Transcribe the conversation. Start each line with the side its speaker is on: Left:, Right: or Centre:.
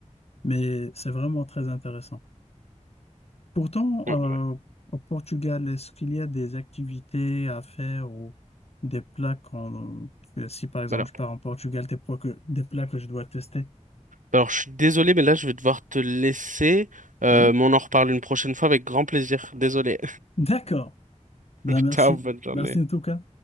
Left: mais c'est vraiment très intéressant. Pourtant,
Right: Mm,
Left: euh, au Portugal, est-ce qu'il y a des activités à faire ou des plats qu'on- que si par exemple
Right: Voilà.
Left: je pars en Portugal, des plats que, des plats que je dois tester?
Right: Alors, je suis désolé, mais là, je vais devoir te laisser. Euh,
Left: Oui.
Right: mais on en reparle une prochaine fois avec grand plaisir. Désolé.
Left: D'accord. Ben
Right: <laughs>
Left: merci.
Right: Ciao, bonne journée.
Left: Merci en tout cas.